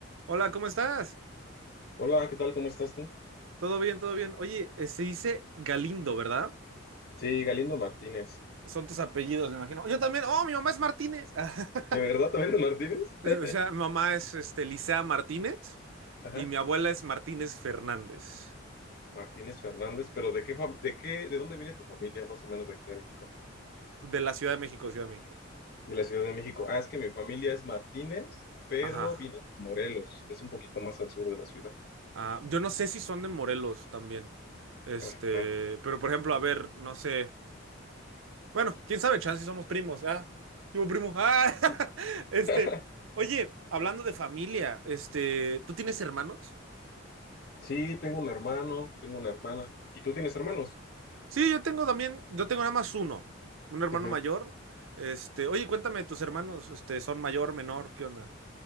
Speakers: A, on the right (about 75°); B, on the left (about 50°).
A: Hola, ¿cómo estás?
B: Hola, ¿qué tal? ¿Cómo estás tú?
A: Todo bien, todo bien. Oye, eh, se dice Galindo, ¿verdad?
B: Sí, Galindo Martínez.
A: Son tus apellidos, me imagino. Yo también. Oh, mi mamá es Martínez. <laughs>
B: ¿De verdad también es Martínez?
A: Eh,
B: <laughs>
A: O sea, mi mamá es este, Licea Martínez
B: Ajá,
A: y mi abuela es Martínez Fernández,
B: Martínez Fernández, pero ¿de qué, fam- de qué, de dónde viene tu familia más o menos de aquí de México?
A: de la Ciudad de México, Ciudad de México.
B: De la Ciudad de México. Ah, es que mi familia es Martínez, pero
A: Ajá.
B: viene de Morelos, es un poquito más al sur de la ciudad.
A: Ah, yo no sé si son de Morelos también. Este,
B: Ajá.
A: pero por ejemplo, a ver, no sé. Bueno, quién sabe, chance y somos primos. Ah, ¿Qué hubo, primo. Ah, <laughs>
B: Sí,
A: este,
B: <laughs>
A: oye, hablando de familia, este, ¿tú tienes hermanos?
B: Sí, tengo un hermano, tengo una hermana. ¿Y tú tienes hermanos?
A: Sí, yo tengo también, yo tengo nada más uno, un hermano
B: Ajá.
A: mayor. Este, oye, cuéntame, tus hermanos, este, son mayor, menor, ¿qué onda?